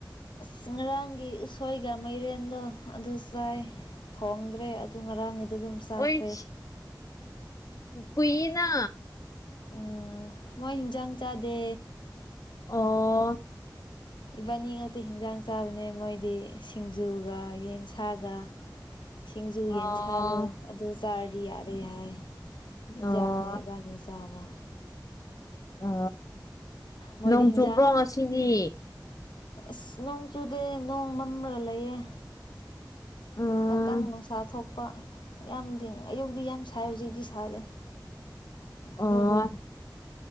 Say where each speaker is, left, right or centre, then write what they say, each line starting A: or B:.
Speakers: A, on the left (about 85°); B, on the left (about 45°).
A: ꯑꯁ ꯉꯔꯥꯡꯒꯤ ꯎꯁꯣꯏꯒ ꯃꯩꯔꯦꯟꯗꯣ ꯑꯗꯨ ꯆꯥꯏ ꯐꯣꯡꯗ꯭ꯔꯦ ꯑꯗꯨ ꯉꯔꯥꯡꯒꯤꯗ ꯑꯗꯨꯝ ꯆꯥꯈ꯭ꯔꯦ
B: ꯑꯣꯏ ꯀꯏꯅ
A: ꯎꯝ ꯃꯣꯏ ꯍꯤꯟꯁꯥꯡ ꯆꯥꯗꯦ
B: ꯑꯣ
A: ꯏꯕꯥꯅꯤ ꯉꯥꯛꯛꯇ ꯍꯤꯟꯖꯥꯡ ꯆꯥꯕꯅꯦ ꯃꯣꯏꯗꯤ ꯁꯤꯡꯖꯨꯒ ꯌꯦꯟꯁꯥꯒ ꯁꯤꯡꯖꯨ
B: ꯑꯣ
A: ꯌꯦꯟꯁꯥꯗꯣ ꯑꯗꯨ ꯆꯥꯔꯗꯤ ꯌꯥꯔꯦ ꯍꯥꯏ ꯑꯦꯟꯖꯥꯡ
B: ꯑꯣ
A: ꯅ ꯏꯕꯥ ꯅꯤ ꯆꯥꯕ
B: ꯑ
A: ꯃꯣꯏꯗꯤ
B: ꯅꯣꯡ
A: ꯍꯤꯟꯖꯥꯡ
B: ꯆꯨꯕ꯭ꯔꯣ ꯉꯁꯤꯅꯤ
A: ꯑꯁ ꯅꯣꯡ ꯆꯨꯗꯦ ꯅꯣꯡ ꯃꯝꯃ꯭ꯔꯒ ꯂꯩꯌꯦꯦ
B: ꯑꯣ
A: ꯉꯥꯛꯇꯪ ꯅꯨꯡꯁꯥ ꯊꯣꯛꯄ ꯌꯥꯝꯗꯤ ꯑꯌꯨꯛꯇꯤ ꯌꯥꯝ ꯁꯥꯏ ꯍꯧꯖꯤꯛꯇꯤ ꯁꯥꯔꯦ
B: ꯑꯣ
A: ꯑꯗꯨ